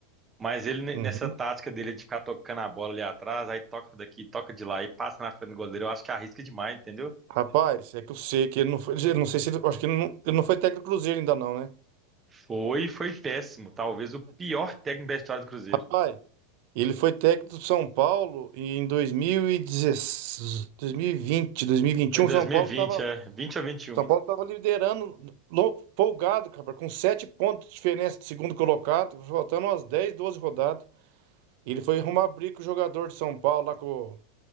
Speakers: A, on the right; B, on the right.
A: Mas ele, ne-
B: Uhum.
A: nessa tática dele de ficar tocando a bola ali atrás, aí toca daqui, toca de lá e passa na frente do goleiro, eu acho que arrisca demais, entendeu?
B: Rapaz, é que eu sei que ele não foi. ele não sei se ele. Acho que ele não, ele não foi técnico do Cruzeiro ainda, não, né?
A: Foi, foi péssimo. Talvez o pior técnico da história do Cruzeiro.
B: Pai. Ele foi técnico do São Paulo e em 2016, 2020, 2021,
A: Foi dois
B: São Paulo
A: mil e vinte,
B: estava
A: é. 20 ou 21.
B: São Paulo estava liderando lo- folgado, cara, com sete pontos de diferença do segundo colocado, faltando umas 10, 12 rodadas. Ele foi arrumar briga com o jogador de São Paulo lá com,